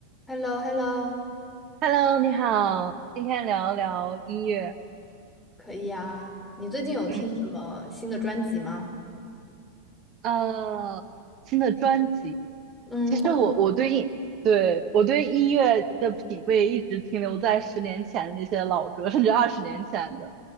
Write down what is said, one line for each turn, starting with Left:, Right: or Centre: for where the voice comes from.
Centre: h e l l o h e l l o
Right: Hello，你好，今天聊聊音乐，
Centre: 可以啊。你最近有听什么新的专辑吗？
Right: 嗯，呃，新的专辑。
Centre: 嗯，
Right: 其实我我对音，
Centre: 或者
Right: 对，我对音乐的品味一直停留在十年前的那些老歌，甚至二十年前的。